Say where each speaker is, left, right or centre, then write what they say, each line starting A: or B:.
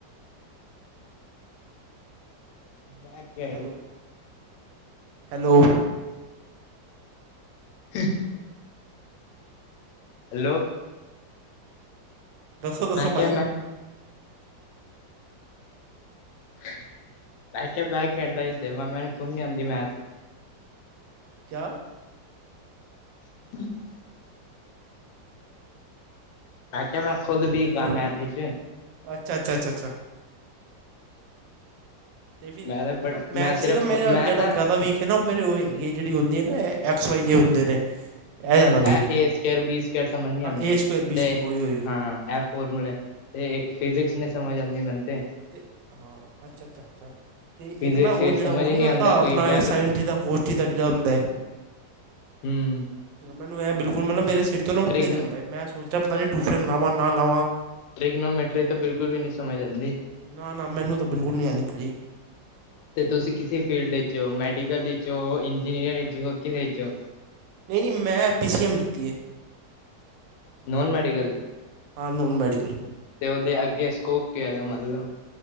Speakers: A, on the left; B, on the right.
A: ਮੈਂ ਕਿਹਆ
B: ਹੈਲੋ ਹੈਲੋ
A: <unintelligible> ਹੈਲੋ।
B: ਦੱਸੋ- ਦੱਸੋ
A: ਮੈਂ ਕਿਹਾ
B: ਪਾਜੀ।
A: ਮੈਂ <inaudible> ਮੈ ਕੇਯਾ ਮੈ ਕੀ ਐਡਵਾਈਜ਼ ਦੇਵਾ ਮੈਨੂੰ ਖੁਦ ਨੀ ਆਂਦੀ ਮੈਥ-
B: ਕਿਯਾ।
A: <unintelligible> ਮੈਂ ਕਿਯਾ ਮੈਂ ਖੁਦ ਵੀਕ
B: ਹੈਲੋ
A: ਆ ਮੈਥ ਚ
B: ਅੱਛਾ- ਅਛਾ- ਅਛਾ। ਏਹੀ
A: ਮੈਂ
B: ਐ
A: ਤਾਂ ਬੜ
B: ਮਤਲਬ ਮੈਥ
A: ਮੈਂ ਸਿਰਫ
B: 'ਚ ਨਾ ਮੇਰਾ
A: ਮੈਂ
B: ਜਿਹੜਾ
A: ਨਾ
B: ਜ਼ਿਆਦਾ ਵੀਕ ਹੈ। ਨਾ ਔਹ ਮੇਰੀ ਔਹ ਹੈਗੀ ਹੈ, ਜਿਹੜੀ ਹੁੰਦੀ ਹੈ ਨਾ। ਐਕਸ ਵਾਈ ਜੇ
A: ਹਮ
B: ਹੁੰਦੇ ਨੇ ਐ
A: ਹਮ
B: ਜ਼ਿਆਦਾ
A: ਇਹ
B: ਵੀਕ ਨੇ,
A: ਏ ਸਕੇਅਰ ਬੀ ਸਕੇਅਰ ਸਮਝ ਨੀ ਆਉਂਦੇ
B: ਹਾਂ ਏ ਸੁਕੇਰ ਬੀ
A: ਤੇ
B: ਸੁਕੇਰ ਔਹੀ ਔਈ, ਔਈ।
A: ਹਾਂ ਇਹ ਫੋਰਮੂਲੇ ਤੇ ਇੱਕ ਫਿਜਿਕਸ ਨੀ ਸਮਝ ਆਉਦੀ ਮੈਨੂੰ ਤੇ।
B: ਤੇ ਅ ਹਾਂ ਅੱਛਾ -ਅੱਛਾ -ਅੱਛਾ। ਤੇ
A: ਫਿਜਿਕਸ
B: ਇੱਕ ਨਾ ਔ ਜਿਹੜਾ
A: ਸਮਝ
B: ਔਹ
A: ਹੀ
B: ਨਹੀਂ ਹੁੰਦਾ
A: ਆਉਂਦਾ
B: ਆਪਣਾ
A: ਕੋਈ well
B: sine theta, cos theta ਜਿਹੜਾ ਹੁੰਦਾ।
A: ਹਮ।
B: ਮੈਨੂੰ ਇਹ ਬਿਲਕੁਲ ਮਤਲਬ ਮੇਰੇ ਸਿਰ ਤੋਂ ਨਾ ਉਤੇ
A: ਟ੍ਰਿਗਨ
B: ਜਾਂਦਾ ਮੈਂ ਸੋਚਦਾ ਪਤਾ ਨਹੀਂ ਟਿਊਸ਼ਨ ਲਾਵਾਂ ਨਾ ਲਾਵਾਂ।
A: ਟ੍ਰਿਗਨੋਮੀੈਟਰੀ ਤਾਂ ਬਿਲਕੁਲ ਵੀ ਨੀ ਸਮਝ ਆਂਦੀ।
B: ਨਾ ਨਾ ਮੈਨੂੰ ਤਾਂ ਬਿਲਕੁਲ ਨਹੀਂ ਆਂਦੀ ਭਾਜੀ।
A: ਤੇ ਤੁਸੀਂ ਕਿਸੇ ਫੀਲਡ ' ਹੋ ਮੈਡੀਕਲ ਵਿੱਚੋਂ ਹੋ ਇੰਜੀਨੀਅਰਿੰਗ ਹੋ ਕਿਦੇ ਚ ਹੋ।
B: ਨਹੀਂ ਨਹੀਂ ਮੈਂ 'ਪੀ ਸੀ ਐੱਮ 'ਲਿਤੀ ਹੈ।
A: Non medical.
B: ਹਾਂ ਨੋਨ ਮੈਡੀਕਲ।
A: ਤੇ ਔਦੇ ਅੱਗੇ ਸਕੋਪ ਕੀ ਹੈਗਾ ਮਤਲਬ?